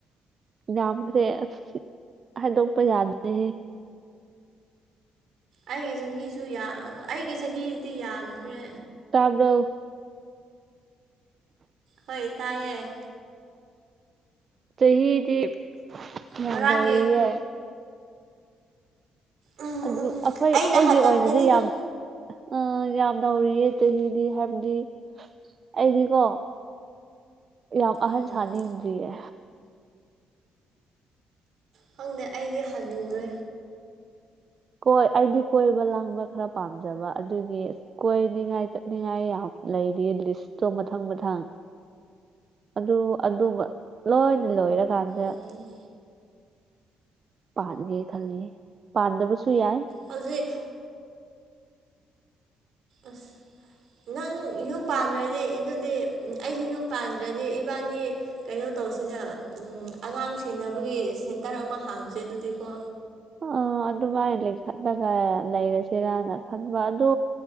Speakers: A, on the right (about 45°); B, on the right (about 70°).
A: ꯌꯥꯝꯈ꯭ꯔꯦ ꯑꯁ ꯍꯥꯏꯗꯣꯛꯄ ꯌꯥꯗꯦ
B: ꯑꯩꯒꯤ ꯆꯍꯤꯁꯨ ꯑꯩꯒꯤ ꯆꯍꯤꯗꯤ ꯌꯥꯝꯈ꯭ꯔꯦ
A: ꯇꯥꯕ꯭ꯔꯣ
B: ꯍꯣꯏ ꯇꯌꯦ
A: ꯆꯍꯤꯗꯤ ꯌꯥꯝ
B: ꯉꯔꯥꯡꯒꯤ
A: ꯅꯧꯔꯤꯌꯦ
B: ꯎꯝ
A: ꯑꯗꯨ
B: ꯎꯝ
A: ꯑꯩꯈꯣꯏ
B: ꯑꯩꯅ
A: ꯑꯩꯒꯤ
B: ꯍꯜꯂꯝꯒꯅꯤꯗ
A: ꯑꯣꯏꯅꯗꯤ ꯌꯥꯝ ꯑ ꯌꯥꯝ ꯅꯧꯔꯤꯌꯦ ꯆꯍꯤꯗꯤ ꯍꯥꯏꯕꯗꯤ ꯑꯩꯗꯤꯀꯣ ꯌꯥꯝ ꯑꯍꯟ
B: ꯎꯝ
A: ꯁꯅꯤꯖꯤꯌꯦ
B: ꯈꯪꯗꯦ ꯑꯩꯗꯤ ꯍꯅꯨꯔꯦ
A: ꯀꯣꯏ ꯑꯩꯗꯤ ꯀꯣꯏꯕ ꯂꯥꯡꯕ ꯈꯔ ꯄꯥꯝꯖꯕ ꯑꯗꯨꯒꯤ ꯑ ꯀꯣꯏꯅꯤꯡꯉꯥꯏ ꯆꯠꯅꯤꯡꯉꯥꯏ ꯌꯥꯝ ꯂꯩꯔꯤ ꯂꯤꯁꯇꯣ ꯃꯊꯪ ꯃꯊꯪ ꯑꯗꯨ ꯑꯗꯨ ꯂꯣꯏꯅ ꯂꯣꯏꯔꯀꯥꯟꯗ
B: ꯎꯝ
A: ꯄꯥꯟꯒꯦ ꯈꯜꯂꯤ ꯄꯥꯟꯗꯕꯁꯨ ꯌꯥꯏ
B: ꯍꯧꯖꯤꯛ ꯑꯁ ꯅꯪ ꯌꯨꯝ ꯄꯥꯟꯗ꯭ꯔꯗꯤ ꯑꯗꯨꯗꯤ ꯑꯩꯁꯨ ꯌꯨꯝ ꯄꯥꯟꯗ꯭ꯔꯗꯤ ꯏꯕꯥꯅꯤ ꯀꯩꯅꯣ ꯇꯧꯁꯤꯅ ꯎ ꯑꯉꯥꯡ ꯁꯦꯟꯅꯕꯒꯤ ꯁꯦꯟꯇꯔ ꯑꯃ ꯍꯥꯡꯁꯦ ꯑꯗꯨꯗꯤꯀꯣ
A: ꯑ ꯑꯗꯨꯃꯥꯏꯅ ꯂꯤꯡꯈꯠꯂꯒ ꯂꯩꯔꯁꯤꯔꯅ ꯈꯟꯕ ꯑꯗꯨ